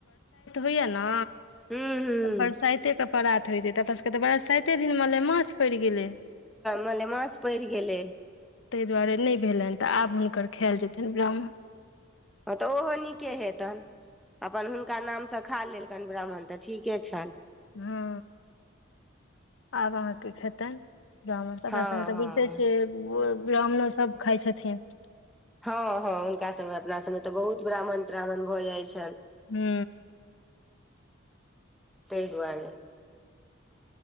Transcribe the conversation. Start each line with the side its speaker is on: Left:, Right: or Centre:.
Left: होइया ने
Centre: हूँ हूँ
Left: त साते के परात होयते त सबके तऽ बड़ा साइते दिन म ले मास पड़ि गेलै
Centre: मलेमास पड़ि गेलै
Left: ताहि दुआरे नहि भेलनि तऽ आब हुनकर खायएल जेतनि ब्राह्मण
Centre: हँ तऽ ओहो नीके हेतनि अपन हुनका नामसँ खा लेलकनि ब्राह्मण तऽ ठीके छनि
Left: हँ आब अहाँ की खेतै ब्राह्मणरा
Centre: हँ
Left: सभमे तऽ
Centre: हँ
Left: बुझिते छियै ब्राह्मणो सभ खाइ छथिन
Centre: हँ हँ हुनका सभमे अपना सबमे तऽ बहुत ब्राह्मण त्राह््मण भऽ जाइत छनि
Left: हू
Centre: ताहि दुआरे